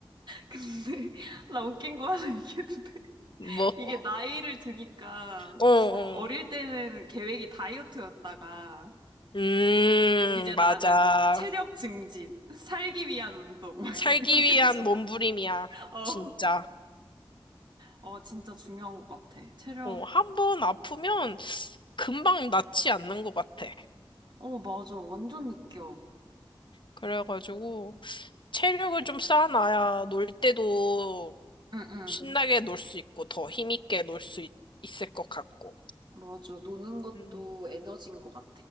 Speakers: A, on the right (about 55°); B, on the left (about 60°).
A: 근데 <laughs> 나 웃긴 거 하나 얘기해도 돼?
B: 뭐,
A: 이게 나이를 드니까
B: 어, 어.
A: 어릴 때는 계획이 다이어트였다가
B: 음,
A: 이제 나는
B: 맞아.
A: 체력 증진, 살기 위한 운동 막
B: 살기
A: 이렇게
B: 위한
A: <laughs> 지-
B: 몸부림이야.
A: 어,
B: 진짜.
A: 어 진짜 중요한 것 같아. 체력.
B: 어, 한 번 아프면 금방 낫지 않는 것 같아.
A: 어 맞아, 완전 느껴.
B: 그래가지고, 체력을 좀 쌓아놔야 놀 때도
A: 응응
B: 신나게 놀 수 있고 더 힘있게 놀 수 있을 것 같고.
A: 맞아. 노는 것도
B: 음.
A: 에너지인 것 같아.